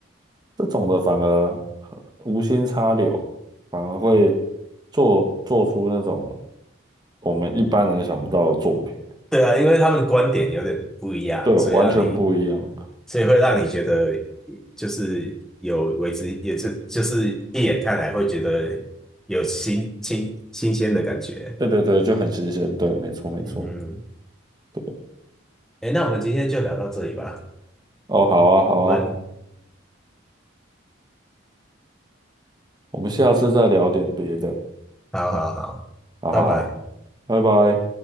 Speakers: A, on the right (about 20°); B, in the centre.
A: 这种的反而呃无心插柳，反而会做做出那种我们一般人想不到的作品，
B: <laughs> 对啊，因为他们观点有点不一样，
A: 对，
B: 所以让你，
A: 完全不一样。
B: 所以会让你觉得就是有为之，也是就是一眼看来会觉得有新新新鲜的感觉。
A: 对对对，就很新鲜。对，没错没错。
B: 嗯，
A: 对，
B: 哎，那我们今天就聊到这里吧。
A: 哦，好啊好啊，
B: 我们
A: 我们下次再聊点别的。
B: 好好好，
A: 好好好，
B: 拜拜。
A: 拜拜。